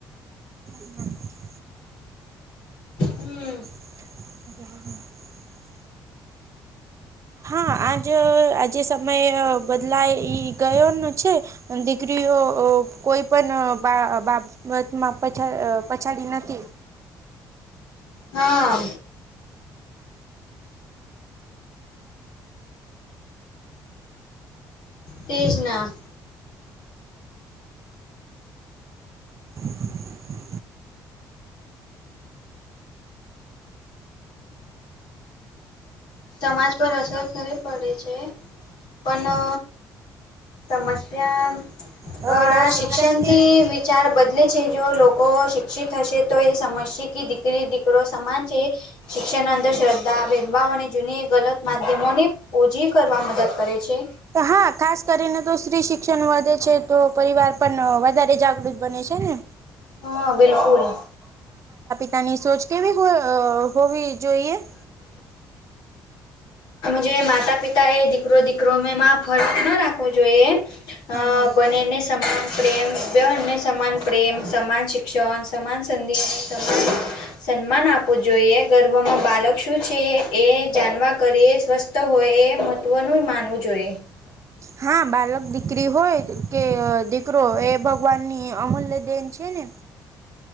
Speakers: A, on the right; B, on the left.
A: <unintelligible>
B: હમ
A: <inaudible> હા આજ આજે સમય બદલાઈ ગયો ન છે. દીકરીઓ કોઈ પણ બા બાપ- બસ પછ પછાડી ન નથી.
B: હા તેજના
A: <unintelligible>
B: સમાજ પર અસર કરવી પડે છે પણ સમસ્યા
A: હળા
B: આ
A: શિક્ષણથી
B: શિક્ષણ વિ વિચાર બદલે છે જો લોકો શિક્ષિત હશે તો એ સમજશે કે દીકરી દીકરો સમાન છે એ શિક્ષણ અંદર શ્રદ્ધા ભેદભાવ અને જૂની ગલત માધ્યમોને ઓછી કરવા મદદ કરે છે.
A: હા ખાસ કરીને તો સ્ત્રી શિક્ષણ વધે છે તો પરિવાર પણ વધારે જાગૃત બને છે ને
B: હા બિલકુલ! !
A: તેની સોચ કેવી હોવી જોઈએ.
B: જે માતા પિતા એ દીકરો દીકરોમાં ફર્ક ના રાખવો જોઈએ.
A: હા
B: અ
A: હા.
B: બને એને સમાન પ્રેમ બ એને સમાન પ્રેમ સમાન શિક શ્ન સમાન સંધિ અને સમાન સન્માન આપવું જોઈએ ગર્ભમાં બાલક શું છે એ જાણવા કરીએ સ્વસ્થ હોય એ મહત્વનું માનવું જોઈએ.
A: હ <unintelligible> હા બાલક દીકરી હોય કે દીકરો એ ભગવાનની અમૂલ્ય દેન છે ને